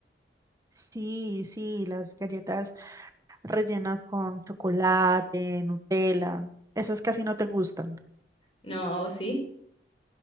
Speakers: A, on the right; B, on the left.
A: Sí, sí, las galletas rellenas con chocolate, Nutella, esas casi no te gustan.
B: No, ¿a vos sí?